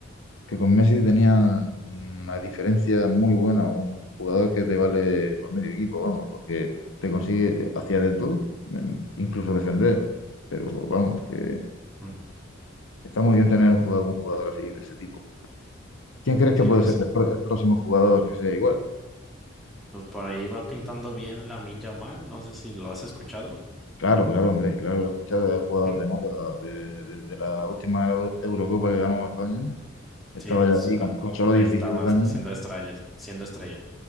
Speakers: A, on the left; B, in the centre.
A: que con Messi tenían una diferencia muy buena, un jugador que te vale por medio equipo, vamos, porque te consigue, hacía de todo, incluso defender. Pero vamos, que...
B: mm,
A: Está muy bien tener un jugador, un jugador así de ese tipo. ¿Quién crees
B: Sí,
A: que puede
B: pues,
A: ser el, pro- el próximo jugador que sea igual?
B: pues por ahí va pintando bien la Lamine mal no sé si lo has escuchado.
A: Claro, claro, hombre, claro, lo he escuchado, he jugado
B: Ujú.
A: de moda de- desde la última Eu- Eurocopa que ganó España. Estaba
B: Sí, pues
A: ya allí
B: a-
A: con, con solo
B: ahí
A: 16
B: estaba
A: años.
B: siendo estrella, siendo estrella.